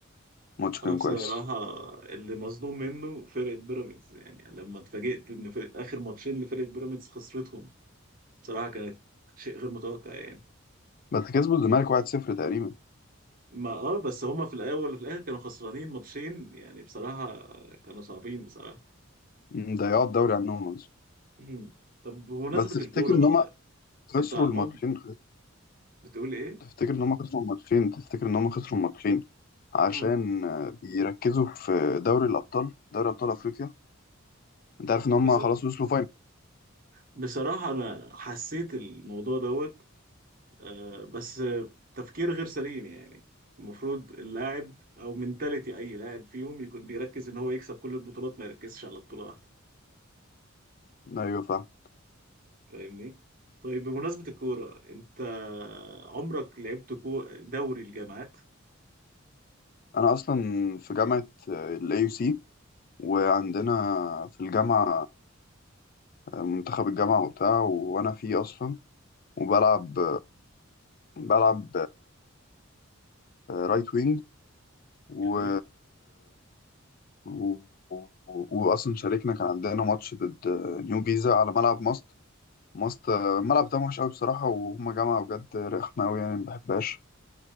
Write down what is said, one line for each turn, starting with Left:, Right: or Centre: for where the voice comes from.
Left: الماتش كان
Right: انا بصراحة
Left: كويس
Right: اللي مصدوم منه فرقة بيراميدز يعني لما اتفاجئت ان فرق اخر ماتشين لفرقة بيراميدز خسرتهم بصراحة كانت شيء غير متوقع يعني
Left: بس كسبوا الزمالك 1-0 تقريبا
Right: ما اه بس هما في الاول وفي الاخر كانوا خسرانين ماتشين يعني بصراحة كانوا صعبين بصراحة
Left: م، ضيعوا الدوري عنهم أصلا
Right: مم. طب بمناسبة
Left: بس تفتكر
Right: الكورة
Left: إن
Right: بقى
Left: هما خسروا
Right: انت عم
Left: الماتشين
Right: بتقول ايه؟
Left: تفتكر إن هما خسروا الماتشين تفتكر إن هما خسروا الماتشين عشان
Right: مم.
Left: آه، بيركزوا في دوري الأبطال دوري أبطال أفريقيا انت عارف ان
Right: بس
Left: هم خلاص وصلوا
Right: بصراحة أنا حسيت الموضوع دوت آه، بس آه، تفكير غير سليم يعني المفروض اللاعب او منتاليتي اي لاعب فيهم يكون بيركز ان هو يكسب كل البطولات ما يركزش على بطولة واحدة
Left: ايوه فاهم
Right: فاهمني طيب بمناسبة الكورة انت عمرك لعبت كو دوري الجامعات
Left: انا اصلا في جامعه الاي يو سي وعندنا في الجامعه آه، منتخب الجامعه وبتاع وانا فيه اصلا وبلعب بلعب رايت وينج و...
Right: جميل
Left: و... واصلا شاركنا كان عندنا ماتش ضد نيو جيزه على ملعب ماست ماست آه، الملعب ده وحش قوي بصراحه وهما جامعه بجد رخمه قوي يعني ما بحبهاش